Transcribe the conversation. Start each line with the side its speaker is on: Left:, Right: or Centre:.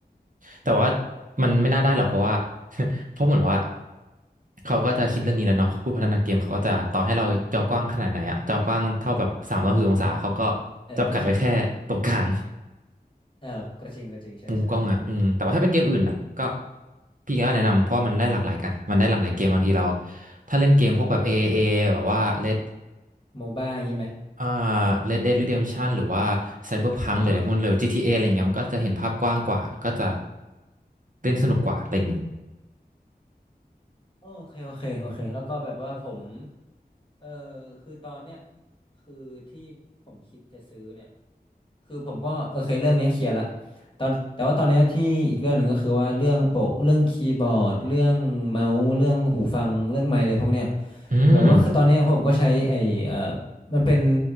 Right: แต่ว่ามันไม่น่าได้หรอกเพราะว่า <laughs> เพราะเหมือนว่าเขาก็จะคิดเรื่องนี้แล้วเนาะผู้พัฒนาเกมเขาก็จะต่อให้เราจอกว้างขนาดไหนอะจอกว้างเท่าแบบสามร้อยหกสิบองศาเขาก็
Left: <laughs> เออก็จริง
Right: จำกัดไว้แค่ตรงกลาง
Left: เออก็จริงก็จริงใช่ใช่
Right: มุมกล้องอะอืมแต่ว่าถ้าเป็นเกมอื่นอะก็พี่ก็แนะนำเพราะมันได้หลากหลายกันมันได้หลากหลายเกมบางทีเราถ้าเล่นเกมพวกแบบ a เอเอแบบว่า Red
Left: โมบ้าอย่างนี้ไหม
Right: อ่า Red Dead Redemption หรือว่า Cyberpunk
Left: อ๋อ
Right: หรืออะไรพวกนั้นเลย GTA ออะไรเงี้ยมันก็จะเห็นภาพกว้างกว่าก็จะเล่นสนุกกว่าอะไรอย่างงี้
Left: โอเคโอเคโอเคแล้วก็แบบว่าผมเออคือตอนเนี้ยคือที่ผมคิดจะซื้อเนี่ย คือผมก็โอเคเรื่องเนี้ยเคลียร์ละตอนแต่ว่าตอนเนี้ยที่อีกเรื่องหนึ่งก็คือว่าเรื่องโปะเรื่องคีย์บอร์ดเรื่องเมาส์เรื่องหูฟังเรื่องไมค์เลยพวกเนี้ย
Right: อืม
Left: แบบว่าคือตอนเนี้ยผมก็ใช้ไอ้เอ่อมันเป็น